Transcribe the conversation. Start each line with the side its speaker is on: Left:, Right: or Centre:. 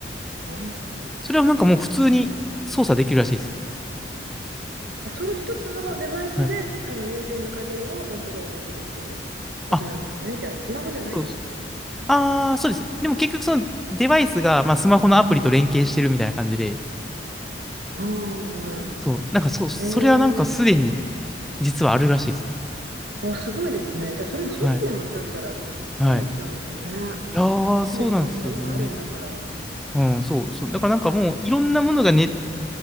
Right: えー
Centre: それはなんかもう普通に操作できるらしいです。
Right: その一つのデバイスで、
Centre: はい。
Right: あの家中の家電をコントロールできるっていうことなんですね。
Centre: あ、
Right: じゃあ、スマホじゃないんですね。
Centre: そうです。ああ、
Right: それは。
Centre: そうです。でも結局そのデバイスが、まあ、スマホのアプリと連携してるみたいな感じで、
Right: ああ、
Centre: そう、なんかそ、それはなんかすでに
Right: えー
Centre: 実はあるらしいですね。
Right: お、すごいですね。じゃあ、それ10年も経ったらどうなっちゃうんでしょうね。
Centre: はい。はい。いやー、
Right: すでにそれが今あるんだから。
Centre: そうなんですよね。うん、そう、そう。だからなんかもう、いろんなものがね、